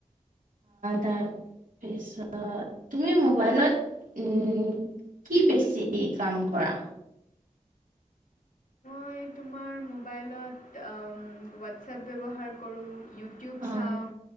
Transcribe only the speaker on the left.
মই তোমাৰ মোবাইলত হোৱাটছএপ ব্যৱহাৰ কৰোঁ। ইউটিউব
চাওঁ